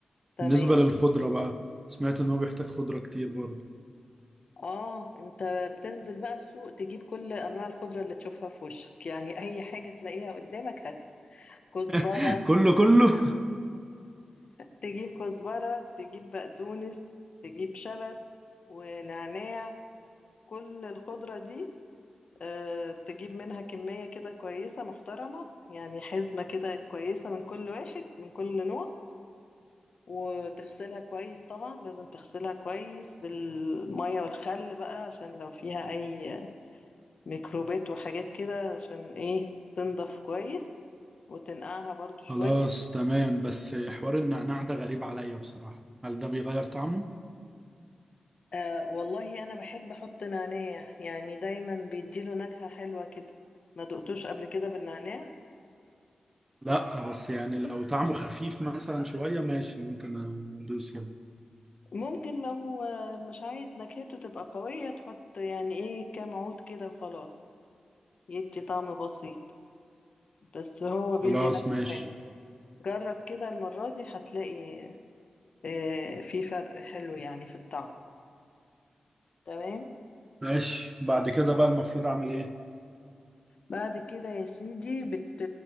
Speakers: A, on the left; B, on the right.
A: تمام
B: بالنسبه للخضره بقى سمعت ان هو بيحتاج خضره كتير برضه
A: اه انت بتنزل بقى السوق تجيب كل انواع الخضرة اللي تشوفها في وشك يعني اي حاجة تلاقيها قدامك هات كزبرة
B: <laughs> كله كله
A: تجيب كزبرة تجيب بقدونس تجيب شبت ونعناع كل الخضرة دي آه، تجيب منها كمية كده كويسة محترمة يعني حزمة كده كويسة من كل واحد من كل نوع وتغسلها كويس طبعا لازم تغسلها كويس بالمية والخل بقى عشان لو فيها أي ميكروبات وحاجات كده عشان ايه تنضف كويس وتنقعها برضو
B: خلاص
A: شوية
B: تمام بس حوار النعناع ده غريب عليا بصراحه هل ده بيغير طعمه
A: أه والله أنا بحب أحط نعناع يعني دايما بيديله نكهة حلوة كده ما دقتوش قبل كده بالنعناع
B: لا بس يعني لو طعمه خفيف مثلا شويه ماشي ممكن ادوس يعني
A: ممكن لو آه، مش عايز نكهته تبقى قوية تحط يعني إيه كام عود كده وخلاص يدي طعم بسيط بس هو بيدي
B: خلاص
A: نكهة
B: ماشي
A: حلوة جرب كده المرة دي هتلاقي آه، في فرق حلو يعني في الطعم تمام
B: ماشي بعد كده بقى المفروض اعمل ايه
A: بعد كده يا سيدي بت...